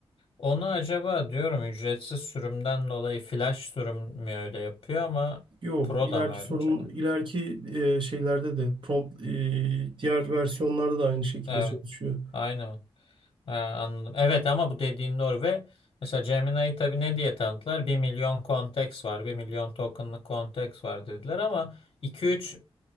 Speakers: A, on the left (about 55°); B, on the right (about 55°).
A: Onu acaba diyorum ücretsiz sürümden dolayı flash sürüm mü öyle yapıyor ama
B: Yok,
A: Pro
B: ileriki
A: da mı öyle
B: sorun,
A: acaba?
B: ileriki e, şeylerde de prompt e, diğer versiyonlarda da aynı şekilde
A: Evet,
B: çalışıyor.
A: aynı mı? Ha, anladım. Evet ama bu dediğin doğru ve mesela Gemini'yi tabii ne diye tanıttılar? Bir milyon konteks var, bir milyon tokenlık konteks var dediler ama iki üç